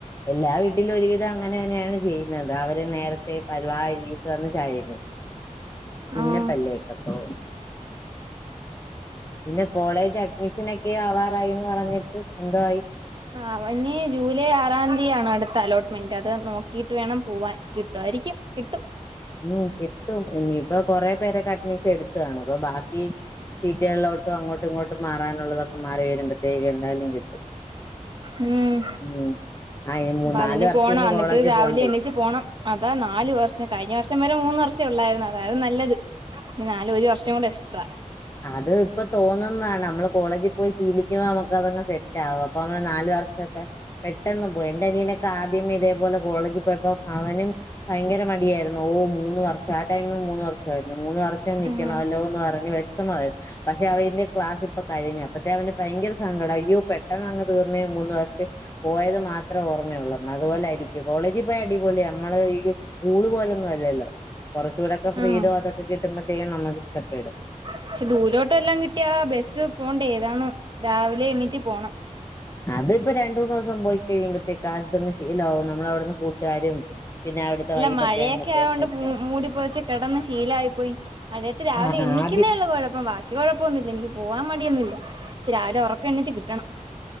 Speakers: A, on the left (about 20°); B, on the right (about 35°).
A: എല്ലാ വീട്ടിലുഒരുവിധം അങ്ങനെന്നെയാണ് ചെയ്യുന്നത് അവര് നേര ത്തേ പല്ല് വാ കഴുകിട്ട് വന്ന് ചായ കഴിക്കും പിന്നെ
B: ആഹ്
A: പല്ലേ എത്തോ പിന്നെ കോളേജഡ്മിഷനൊക്കെ ആവാറായിന്ന് പറഞ്ഞിട്ട് എന്തവായി
B: അപ്പഇനി ജൂലൈ ആറാം തിയാണ് അടുത്ത അലോട്ട്മെന്റ് അത് നോക്കിയിട്ട് വേണം പുവാൻ കിട്ടുവാരിക്കും കിട്ടും
A: ഉം കിട്ടും ഇനിയിപ്പൊ കൊറെ പേരൊക്കെ അഡ്മിഷനെടുത്ത്കാണും അപ്പൊ ബാക്കി സീറ്റിയലോട്ടും അങ്ങോട്ടുഇങ്ങോട്ട് മാറാനുള്ളതൊക്കെ മാറി വരുമ്പത്തേക്ക് എന്തായാലും കിട്ടും
B: ഉം
A: ഉം ആ ഇനി മൂന്നാല്
B: അപ്പതിന്
A: വർഷം
B: പോണം
A: ഇനി
B: എന്നിട്ട്
A: കോളേജിൽ
B: രാവിലെ
A: പോണ്ടേ
B: എണ്ണീച്ച് പോണം അതാ നാല് വർഷം കഴിഞ്ഞ വർഷം വരെ മൂന്ന് വർഷെ ഉള്ളാരുന്നു അതാരുന്നു നല്ലത് ഇനി നാല് ഒരു വർഷം കൂടെഎക്സ്ട്രാ
A: അത് ഇപ്പൊ തോന്നുന്ന നമ്മള് കോളേജി പോയി ശീലിക്കുമ്പോ നമുക്കതങ്ങ് സെറ്റാകും അപ്പൊ നമ്മള് നാല് വർഷൊക്കെ പെട്ടെന്ന് പോയി എന്റെ നീനൊക്കെ ആദ്യമ ഇതേപോലെ കോളേജിൽ പോയപ്പോ അവനും ഭയങ്കര മടിയാരുന്നു ഓ മൂന്ന് വർഷം ആ ടൈമിൽ മൂന്ന് വർഷയിരുന്നു മൂന്ന് വർഷം നി
B: ആഹ്
A: ഉണ്ടോന്ന് പറഞ് വെഷമായി പക്ഷെ അവന്റെ ക്ലാസ് ഇപ്പൊ കഴിഞ്ഞപ്പത്തെ അവന് ഭയങ്കര സങ്കടം അയ്യോ പെട്ടെന്ന് അങ്ങ് തീർന്നെ മൂന്ന് വർക്ഷം പോയത് മാത്രേ ഓർമ്മയുള്ളന്ന് അതുപോലെ ആരിക്കും കോളേജിൽ പോയി അടിപൊളി നമ്മള് ഈ സ്കൂൾ പോലൊന്നും ആല്ലല്ലോ കുറച്ചൂടൊക്കെ ഫ്രീടം
B: ആഹ്
A: അതൊക്കെ കിട്ടുമ്പോഴത്തേക്കും നമുക്ക് ഇഷ്ടപ്പെടും
B: പക്ഷെ ദൂരോട്ട് വെല്ലാം കിട്ടിയ ബസ്സ് പോണ്ടെ ഇതാണ് രാവിലെ എണീറ്റ് പോണം
A: അത്പ്പ രണ്ട് മൂന്ന് ദിവസം പോയി കഴിയുമ്പോത്തേക്ക് ആതങ് ശീലമാവും നമ്മള അവിടുന്ന് കൂട്ടുകാരും പിന്നെ അവിടുത്തെ
B: അല്ല
A: വൈബൊക്കെ
B: മഴയൊക്കെ
A: ആവുമ്പോഴത്തേക്ക്
B: ആയൊണ്ട്
A: സെറ്റാവും
B: മു മൂടിപ്പോതാച്ച് കിടന്നന്ന് ശീലായി പോയി മഴയത്ത് രാവിലെ
A: ആ
B: എണിക്കുന്നേ
A: ആദ്യം
B: ഉള്ള കുഴപ്പമാ എനിക്ക് കുഴപ്പൊഒന്നുല്ല എനിക്ക് പോവാൻ മടിഓന്നുഇല്ല പാഷെ രാവിലെ ഉറക്കെ എണ്ണിച്ച് കിട്ടണം